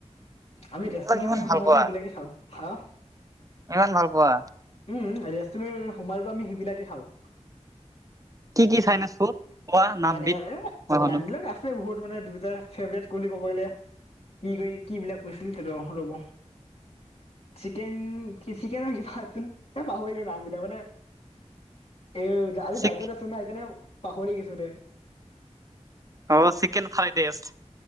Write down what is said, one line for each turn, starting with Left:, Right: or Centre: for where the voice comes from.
Left: আমি
Right: এইবিলাক
Left: ৰেষ্টুৰেট
Right: ইমান ভাল
Left: সোমালেটো
Right: পোৱা
Left: এইবিলাকে খাওঁ। হা।
Right: কিমান ভাল পোৱা।
Left: উম-উম ৰেষ্টুৰেণ্ট সোমালেটো আমি সেইবিলাকে খাওঁ।
Right: কি কি চাইনেছ ফুড? কোৱা নামবিধ?
Left: মানে অ'
Right: মই শুনো
Left: নাম বিলাক আছে বহুত মানে দুটা ফেব্ৰেত বোলি ক'ব গলে, কি কৰি কি বিলাক কৈছিল ৰ ৰব। চিকেন-চিকেনৰ কিবা আছিল। এ পাহৰিলো নাম বিলাক মানে এ-এ, আজি
Right: চিক
Left: দাইতত আছো নাই সেইকাৰণে পাহৰি গৈছো দে।
Right: অ' চিকেন ফ্ৰাইড দেষ্ট।